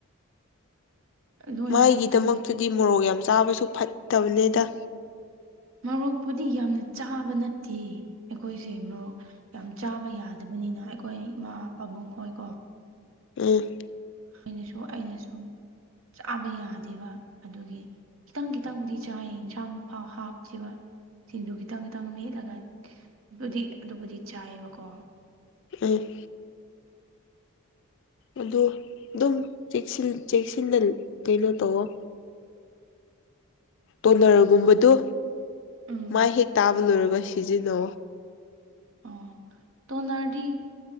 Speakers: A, on the right; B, on the left.
A: ꯂꯣꯏꯅ
B: ꯃꯥꯏꯒꯤꯗꯃꯛꯇꯗꯤ
A: ꯀꯩꯅꯣ
B: ꯃꯣꯔꯣꯛ ꯌꯥꯝ ꯆꯥꯕꯁꯨ ꯐꯠꯇꯝꯅꯤꯗ
A: ꯃ‌ꯣꯔꯣꯛꯄꯨꯗꯤ ꯌꯥꯝꯅ ꯆꯥꯕ ꯅꯠꯇꯦ ꯑꯩꯈꯣꯏꯖ‌ꯦ ꯃ‌ꯣꯔꯣꯛ ꯌꯥꯝ ꯆꯥꯕ ꯌꯥꯗꯕꯅꯤꯅ ꯑꯩꯈꯣꯏ ꯏꯃꯥ ꯄꯥꯕꯨꯡ ꯈꯣꯏꯀꯣ
B: ꯎꯝ
A: ꯑꯩꯅꯁꯨ ꯑꯩꯅꯁꯨ ꯆꯥꯕ ꯌꯥꯗꯦꯕ ꯑꯗꯨꯒꯤ ꯈꯤꯇꯪ ꯈꯤꯇꯪꯕꯨꯗꯤ ꯆꯥꯏꯌꯦ ꯏꯟꯁꯥꯡ ꯄꯥ ꯍꯥꯞꯈꯤꯕ ꯁꯤꯡꯖꯨ ꯈꯤꯇꯪ ꯈꯤꯇꯪ ꯃꯦꯠꯂꯒ ꯑꯗꯨꯕꯨꯗꯤ ꯑꯗꯨꯕꯨꯗꯤ ꯆꯥꯏꯌꯦꯕꯀꯣ
B: ꯎꯝ ꯑꯗꯨ ꯑꯗꯨꯝ ꯆ‌ꯦꯛꯁꯤꯟ ꯆꯦꯛꯁꯤꯟꯅ ꯀꯩꯅꯣ ꯇꯧꯑꯣ ꯇꯣꯅꯔꯒꯨꯝꯕꯗꯨ
A: ꯎꯝ
B: ꯃ ꯍꯦꯛ ꯇꯥꯕ ꯂꯣꯏꯔꯒ ꯁꯤꯖꯤꯟꯅꯣ
A: ꯑꯣ ꯇꯣꯅꯔꯗꯤ